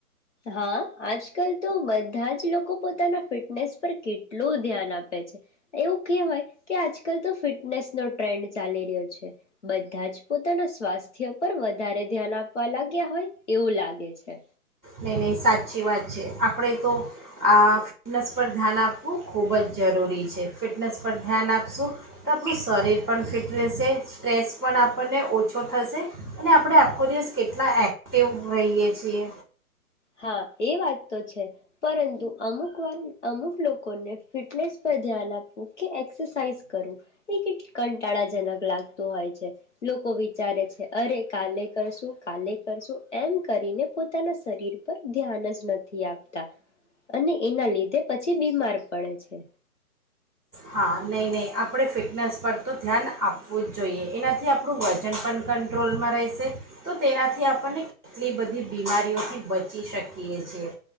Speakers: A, on the left; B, in the centre.
A: હા આજકાલ તો બધા જ લોકો પોતાના ફિટનેસ કેટલું ધ્યાન આપે છે એવું કેવાય કે આજકાલ તો ફિટનેસ નો ટ્રેન્ડ ચાલી રહ્યો છે. બધા જ પોતાના સ્વાસ્થ્ય પર વધારે ધ્યાન આપવા લાગ્યા હોય. એવું લાગે છે.
B: નહી નહી સાચી વાત છે આપણે તો આ નસપત ધ્યાન આપું ખોબ જ જરૂરી છે ફિટનેસ પર ધ્યાન આપશું તો આપણી શરીર પણ ફિટ રહેશે સ્ટ્રેસ પણ આપણને ઓછો થશે અને આપણે આખો દિવસ કેટલા એક્ટિવ રહીએ છીએ.
A: હા એ વાત તો છે પરંતુ અમુક વાર અમુક લોકોને ફિટનેસ પર ધ્યાન આપવું કે એક્સરસાઇઝ કરવું એ કંટાળાજનક લાગતું હોય છે લોકો વિચારે છે અરે કાલે કરશું કાલે કરશું એમ કરીને પોતાના શરીર પર ધ્યાન જ નથી આપતા અને એના લીધે પછી બીમાર પડે છે.
B: હા નહીં નહીં આપણે ફિટનેસ પર તો ધ્યાન આપવું જ જોઈએ એનાથી આપણું વજન પણ કંટ્રોલમાં રહેશે તો તેનાથી આપણને કેટલી બધી બીમારીઓથી બચી શકીએ છીએ